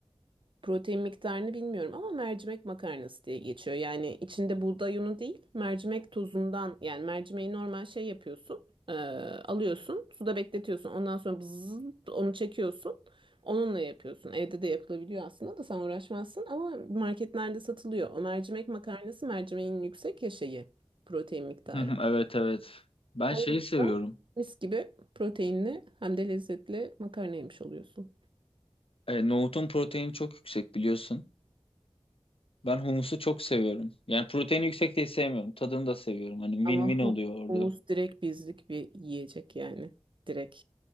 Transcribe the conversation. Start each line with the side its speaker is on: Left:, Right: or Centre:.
Right: Protein miktarını bilmiyorum ama mercimek makarnası diye geçiyor. Yani içinde buğday unu değil, mercimek tozundan yani mercimeği normal şey yapıyorsun, e, alıyorsun, suda bekletiyorsun. Ondan sonra bzzz onu çekiyorsun. Onunla yapıyorsun. Evde de yapılabiliyor aslında da sen uğraşmazsın ama marketlerde satılıyor. O mercimek makarnası mercimeğin yüksek ya şeyi, protein miktarı.
Left: Hı hı, Evet evet. Ben
Right: O
Left: şeyi
Right: yüzden
Left: seviyorum.
Right: mis gibi proteinli hem de lezzetli makarna yemiş oluyorsun.
Left: E, nohutun proteini çok yüksek biliyorsun. Ben humusu çok seviyorum. Yani protein yüksek değil sevmiyorum. Tadını da seviyorum. Hani win-win
Right: Ama hu-
Left: oluyor orada.
Right: humus direkt bizlik bir yiyecek yani. Direkt